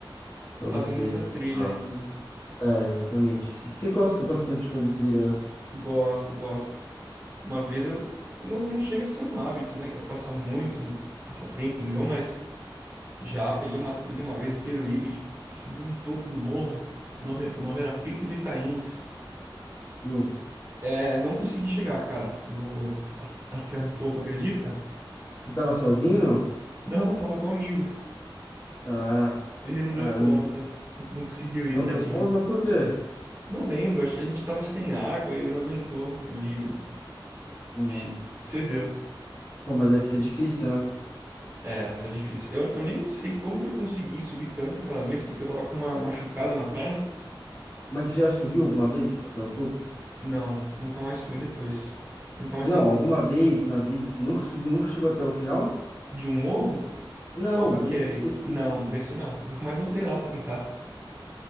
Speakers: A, on the left; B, on the right.
A: para
B: Fazem
A: você
B: muita
A: visitar.
B: trilha aí, né?
A: É, exatamente. Você você gosta bastante de fazer trilha, né?
B: Gosto, gosto. Uma vez eu. Não, não chega a ser um hábito, né? Que eu faça muito, um passatempo meu, mas já peguei uma trilha uma vez em Peruíbe, de subir um topo do morro. O nome, o nome era Pico do Itains.
A: Hum.
B: É, não consegui chegar, cara, no a- até o topo, acredita?
A: Você tava sozinho, não?
B: Não, tava com um amigo.
A: Ah,
B: Ele não
A: caramba.
B: deu conta. Não não conseguiu ir,
A: Não
B: tadinho.
A: deu conta, mas por quê?
B: Não lembro, acho que a gente tava sem água e ele não aguentou. Ele
A: Hum.
B: <laughs> cedeu.
A: Pô, mas deve ser difícil, né?
B: Era, era difícil. Eu, eu nem sei como que eu consegui subir tanto aquela vez, porque eu tava com uma machucada na perna.
A: Mas você já subiu alguma vez até o topo?
B: Não, nunca mais fui depois. Nunca mais
A: Não,
B: tentei.
A: alguma vez na vida você nunca subiu, nunca chegou até o final?
B: De um morro?
A: Não,
B: Ou daquele?
A: desse específico.
B: Não, desse não. Nunca mais voltei lá pra tentar.